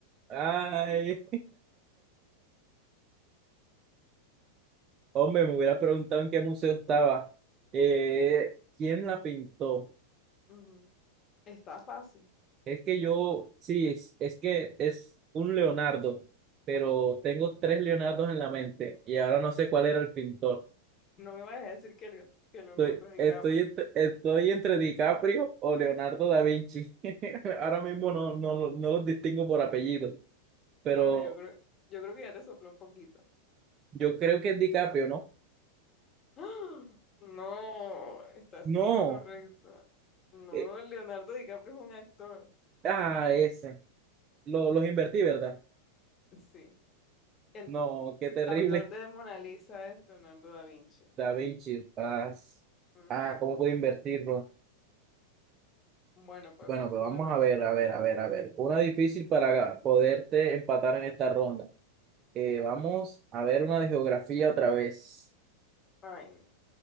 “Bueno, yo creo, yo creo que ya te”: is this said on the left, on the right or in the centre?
Left